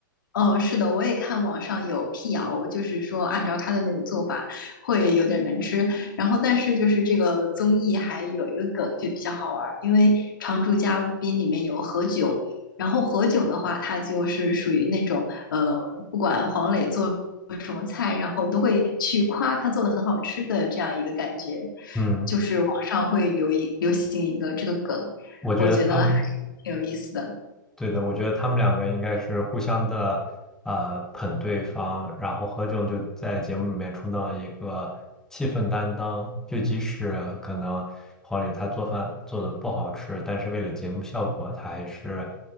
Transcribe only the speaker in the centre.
嗯，
我觉得他们。
对的，我觉得他们两个应该是互相的，呃，捧对方，然后何炅就在节目里面充当一个气氛担当，就即使可能黄磊他做饭做的不好吃，但是为了节目效果，他还是，